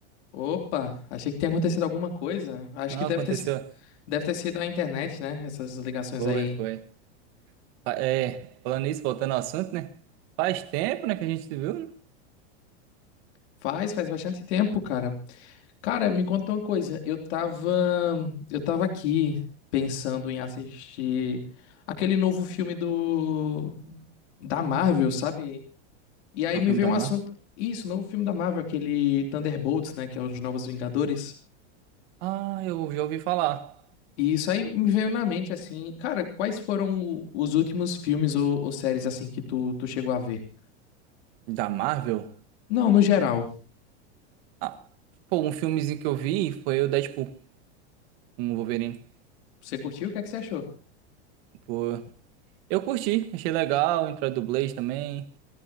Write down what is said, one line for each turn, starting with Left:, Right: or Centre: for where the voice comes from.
Left: Opa, achei que tinha acontecido alguma coisa. Acho
Right: Não
Left: que deve
Right: aconteceu?
Left: ter, si- deve ter sido a internet, né? Essas ligações
Right: Foi,
Left: aí.
Right: foi. Fa- É, falando isso, voltando ao assunto, né? Faz tempo, né, que a gente se viu, né?
Left: Faz, faz bastante tempo, cara. Cara, me conta uma coisa. Eu tava, eu tava aqui pensando em assistir aquele novo filme do da Marvel, sabe? E aí
Right: No
Left: me
Right: filme
Left: veio
Right: da
Left: um
Right: Marvel.
Left: assunto. Isso, novo filme da Marvel, aquele Thunderbolts, né? Que é os Novos Vingadores.
Right: Ah, eu já ouvi falar.
Left: E isso aí me veio na mente assim, cara, quais foram os últimos filmes ou, ou séries assim que tu, tu chegou a ver?
Right: Da Marvel?
Left: Não, no geral.
Right: Ah, pô, um filmezinho que eu vi foi o Deadpool, com o Wolverine.
Left: Você curtiu? O que é que você achou?
Right: Pô, eu curti, achei legal, entrou a dublês também.